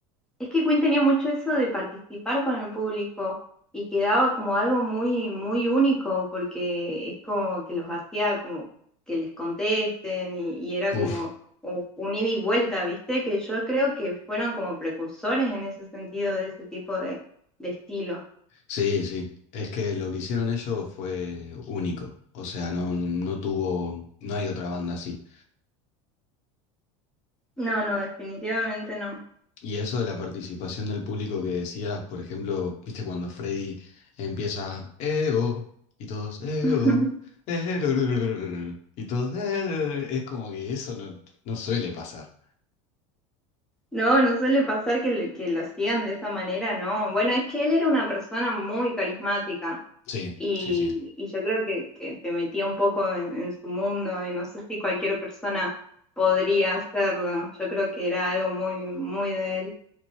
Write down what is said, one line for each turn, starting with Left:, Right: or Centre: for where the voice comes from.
Centre: es que Queen tenía mucho eso de participar con el público y quedaba como algo muy, muy único porque es como que los hacía como que les contesten y, y era como
Left: Uf,
Centre: un un ida y vuelta, ¿viste? Que yo creo que fueron como precursores en ese sentido de ese tipo de, de estilo.
Left: sí, sí. Es que lo que hicieron ellos fue único. O sea, no, no tuvo, no hay otra banda así.
Centre: No, no, definitivamente no.
Left: Y eso de la participación del público que decías, por ejemplo, viste cuando Freddy empieza "Eo", y todos "Eo",
Centre: <laughs>
Left: "Erorororor", y todos "Erororor", es como que eso no, no suele pasar.
Centre: No, no suele pasar que, le- que lo sigan de esa manera, ¿no? Bueno, es que él era una persona muy carismática
Left: Sí,
Centre: y,
Left: sí, sí.
Centre: y yo creo que, que te metía un poco en, en su mundo y no sé si cualquier persona podría hacerlo. Yo creo que era algo muy, muy de él.